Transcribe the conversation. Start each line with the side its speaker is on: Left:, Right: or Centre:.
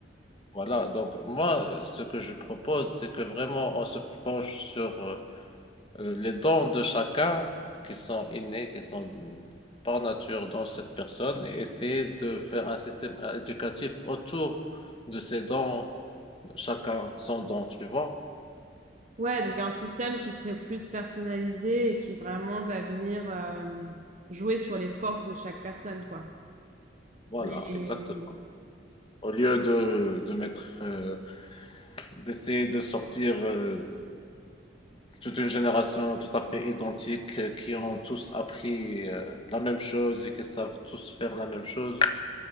Left: Voilà, donc moi, euh, ce que je propose, c'est que vraiment on se penche sur euh, euh, les dons de chacun qui sont innés, qui sont mm, par nature dans cette personne, et essayer de faire un système euh, éducatif autour de ces dons, chacun son don, tu vois.
Right: Ouais, donc un système qui serait plus personnalisé et qui vraiment va venir euh, jouer sur les forces de chaque personne, quoi.
Left: Voilà,
Right: Mais,
Left: exactement.
Right: mm,
Left: Au lieu de, de mettre, euh, d'essayer de sortir euh, Toute une génération tout à fait identique euh, qui ont tous appris euh, la même chose et qui savent tous faire la même chose.